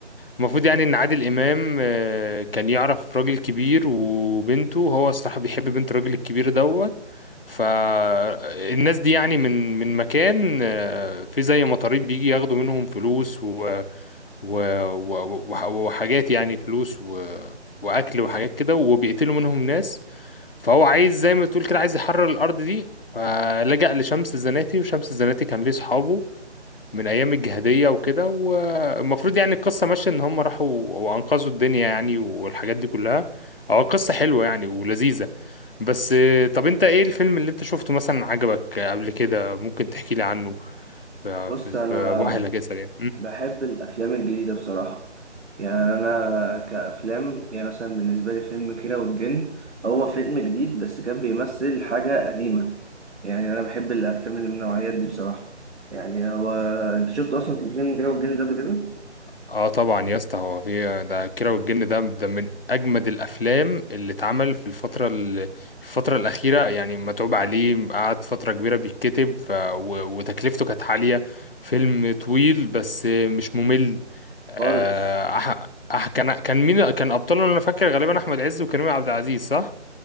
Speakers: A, on the left; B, on the right.
A: المفروض يعني ان عادل امام آه، كان يعرف راجل كبير وبنته هو الصراحه بيحب بنت الراجل الكبير دوت فالناس دي يعني من من مكان آه، في زي مطاريد بيجي ياخدوا منهم فلوس و و و وح- وحاجات يعني فلوس و واكل وحاجات كده وبيقتلوا منهم ناس فهو عايز زي ما تقول كده عايز يحرر الارض دي فلجأ لشمس الزناتي وشمس الزناتي كان ليه صحابه من ايام الجهاديه وكده والمفروض يعني القصه ماشيه ان هم راحوا وانقذوا الدنيا يعني والحاجات دي كلها هو قصه حلوه يعني ولذيذه بس آه، طب انت ايه الفيلم اللي انت شفته مثلا عجبك قبل كده ممكن تحكي لي عنه ف- في
B: بص
A: في
B: أنا
A: واحد كده سريع
B: بحب الأفلام الجديدة بصراحة يعني أنا كأفلام يعني مثلا بالنسبة لي فيلم كيرة والجن هو فيلم جديد بس كان بيمثل حاجة قديمة يعني أنا بحب الأفلام اللي من النوعيات دي بصراحة يعني هو أنت شفت أصلا في فيلم كيرة والجن ده قبل كده؟
A: اه طبعا يا اسطى هو في ده كيرة والجن ده ده من اجمد الافلام اللي اتعمل في الفتره ال- الفتره الاخيره يعني متعوب عليه قعد فتره كبيره بيتكتب ف... و... وتكلفته كانت عاليه فيلم طويل بس مش ممل آه
B: خالص
A: أح... أح... كان كان مين كان ابطاله انا فاكر غالبا احمد عز وكريم عبد العزيز صح